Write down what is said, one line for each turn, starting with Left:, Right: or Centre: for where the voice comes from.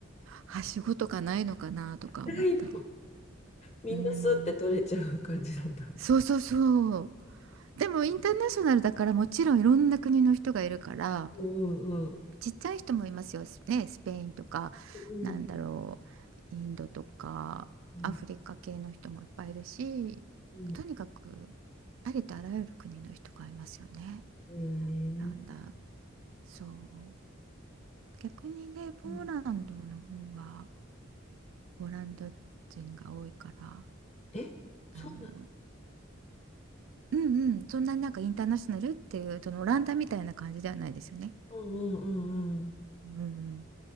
Right: はしごとかないのかなとか思ったり。
Left: 辛いの。みんなスって取れちゃう感じなんだ。
Right: うん。そうそうそう。でもインターナショナルだからもちろんいろんな国の人がいるから
Left: うんうんうん。
Right: ちっちゃい人もいますよ、ね、スペインとかなんだろうインドとかアフリカ系の人もいっぱいいるしとにかく
Left: うんうんうん
Right: ありとあらゆる国の人がいますよね
Left: うん。えー、
Right: オランダそう逆にねポーランドの方は
Left: うん
Right: オランダ人が多いから
Left: え、そうな
Right: あのうんうんそんなになんかインターナショナルっていうそのオランダみたいな感じではないですよね
Left: のうんうんうん
Right: うんうん